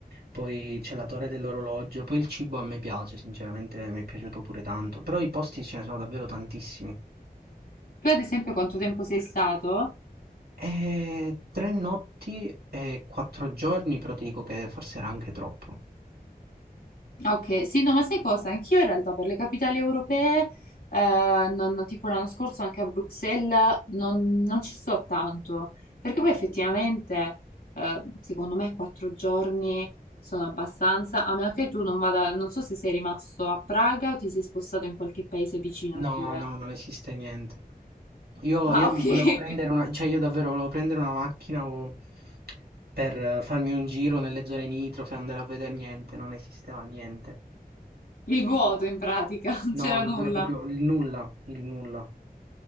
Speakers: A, on the right (about 80°); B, on the left (about 70°).
A: poi c'è la Torre dell'Orologio, poi il cibo a me piace, sinceramente mi è piaciuto pure tanto, però i posti ce ne sono davvero tantissimi.
B: tu ad esempio
A: Molto
B: quanto
A: bello.
B: tempo sei stato?
A: E tre notti e quattro giorni, però ti dico che forse era anche troppo.
B: Ok, sì, no, ma sai cosa? Anch'io in realtà per le capitali europee, eh, non- tipo l'anno scorso anche a Bruxelles, non, non ci sto tanto, perché poi effettivamente, eh, secondo me, quattro giorni sono abbastanza, a meno che tu non vada, non so se sei rimasto a Praga o ti sei spostato in qualche paese vicino
A: No,
B: pure.
A: no, non esiste niente. Io,
B: Ah,
A: io
B: ok,
A: volevo
B: <laughs>
A: prendere una, cioè io davvero volevo prendere una macchina o- per eh, farmi un giro nelle zone nitrofe, andare a vedere niente, non esisteva niente.
B: il vuoto in pratica, <laughs> non
A: No,
B: c'era
A: davvero
B: nulla.
A: proprio il nulla, il nulla.